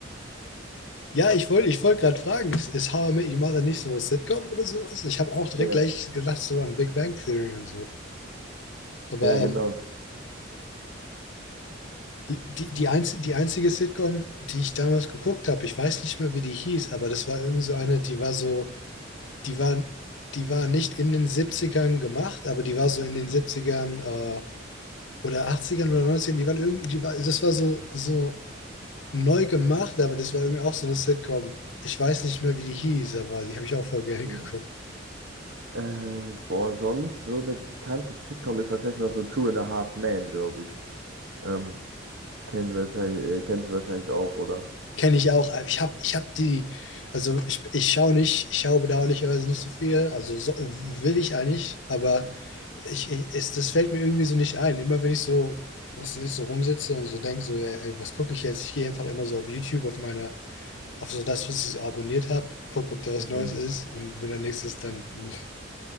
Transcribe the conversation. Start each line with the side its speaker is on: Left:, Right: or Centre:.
Left: Ja, ich wollte ich wollt gerade fragen, ist, ist How I Met Your Mother nicht so ein Sitcom oder sowas? Ich habe auch direkt
Right: Ja,
Left: gleich gedacht, so an Big Bang Theory und so. Aber
Right: ja, genau.
Left: ähm, die, die, die, einz die einzige Sitcom, die ich damals geguckt habe, ich weiß nicht mehr, wie die hieß, aber das war irgend so eine, die war so, die war, die war nicht in den Siebzigern gemacht, aber die war so in den Siebzigern äh, oder Achtzigern oder Neunzigern, die waren irgendwie, die war, das war so, so neu gemacht, aber das war irgendwie auch so eine Sitcom. Ich weiß nicht mehr, wie die hieß, aber die habe ich auch voll gerne
Right: Mhm.
Left: geguckt.
Right: Äh, boah, sonst so eine bekannte Sitcom ist wahrscheinlich noch so Two and a Half Men, glaube ich. Ähm, Kennen wahrscheinlich, äh, kennst du wahrscheinlich auch, oder?
Left: Kenne ich auch. aber Ich habe ich hab die, also ich, ich schaue nicht, ich schaue bedauerlicherweise nicht so viel, also so, will ich eigentlich, aber ich, ich, es, das fällt mir irgendwie so nicht ein. Immer wenn ich so, was weiß ich, so rumsitze und so denke, so, ey, ey, was gucke ich jetzt? Ich gehe einfach immer so auf YouTube, auf meine, auf so das, was ich so abonniert habe, gucke, ob da was
Right: Mhm.
Left: Neues ist und wenn da nichts ist, dann